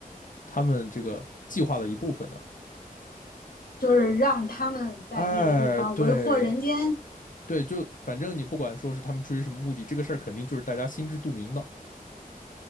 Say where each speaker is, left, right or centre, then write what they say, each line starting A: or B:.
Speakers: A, on the left (about 60°); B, on the left (about 80°).
A: 他们这个计划的一部分呢？
B: 就是让他们在那个地方为祸人间，
A: 哎，对对，就反正你不管说是他们出于什么目的，这个事儿肯定就是大家心知肚明的。